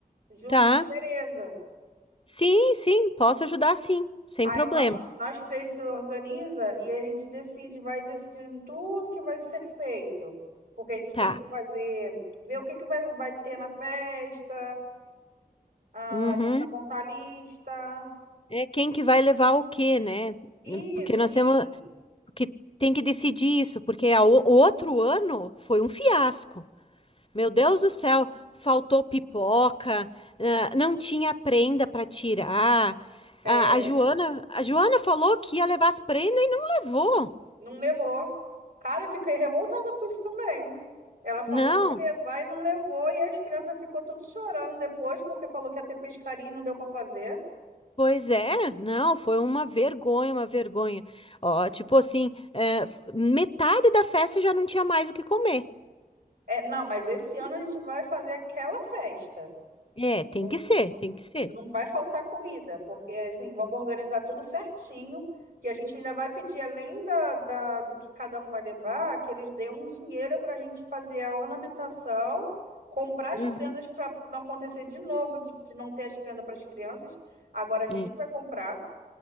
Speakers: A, on the right; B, on the left.
A: junto
B: tá.
A: com a Tereza.
B: Sim, sim, posso ajudar sim, sem
A: Aí
B: problema.
A: nós, nós três se organiza e aí a gente decide, vai decidindo tudo que vai ser feito. Porque a gente
B: Tá.
A: tem que fazer, ver o que que vai, vai ter na festa, ah,
B: Uhum.
A: a gente vai contar a lista.
B: É quem que vai levar o quê, né?
A: Isso,
B: Porque nós
A: isso.
B: temos Porque tem que decidir isso, porque a o o outro ano foi um fiasco. Meu Deus do céu, faltou pipoca, ah, não tinha prenda para tirar.
A: É,
B: A, a Joana, a Joana falou que ia levar as prendas e não levou.
A: Não levou. Cara, fiquei revoltada com isso também. Ela falou
B: Não,
A: que ia levar e não levou, e as crianças ficou tudo chorando depois, porque falou que ia ter pescaria e não deu para fazer.
B: pois é, não, foi uma vergonha, uma vergonha. Ó, tipo assim, eh, metade da festa já não tinha mais o que comer.
A: É, não, mas esse ano a gente vai fazer aquela festa.
B: É, tem
A: Não,
B: que ser,
A: não,
B: tem que ser.
A: não vai faltar comida, porque assim, vamos organizar tudo certinho, que a gente ainda vai pedir, além da, da- do que cada um vai levar, que eles dêem um dinheiro para a gente fazer a ornamentação, comprar as
B: Uhum.
A: prendas para não acontecer de novo, de, de não ter as prendas para as crianças. Agora a gente
B: E-
A: que vai comprar,